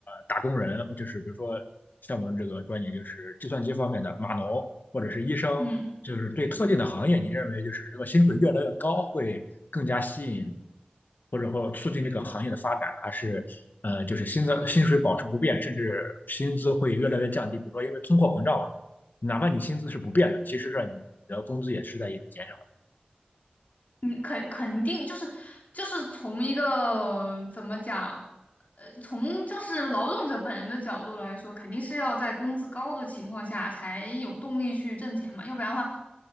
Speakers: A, on the left (about 75°); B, on the left (about 55°).
A: 打工人，就是比如说像我们这个专业就是计算机方面的码农或者是医生，
B: 嗯。
A: 就是对特定的行业，你认为就是这个薪水越来越高，会更加吸引或者说促进这个行业的发展，还是呃就是薪资薪水保持不变，甚至薪资会越来越降低？比如说因为通货膨胀，哪怕你薪资是不变的，其实上你的工资也是在一直减少
B: 嗯，肯肯定就是就是从一个怎么讲，呃，从就是劳动者本人的角度来说，肯定是要在工资高的情况下才有动力去挣钱嘛，要不然的话，